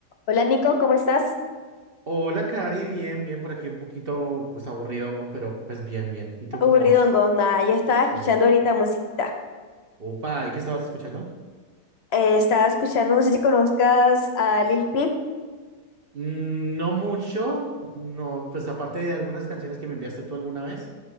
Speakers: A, on the left; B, on the right.
A: Hola Nico, ¿cómo estás?
B: Hola, Cari, bien, bien, por aquí un poquito, pues aburridongo, pero pues bien, bien. ¿Y tú
A: Aburridongo,
B: cómo vas?
A: nada, yo estaba
B: Sí.
A: escuchando ahorita musiquita.
B: Opa, ¿y qué estabas escuchando?
A: Eh, estaba escuchando, no sé si conozcas a Lil Peep.
B: Mm, No mucho, no, pues aparte de algunas canciones que me enviaste tú alguna vez.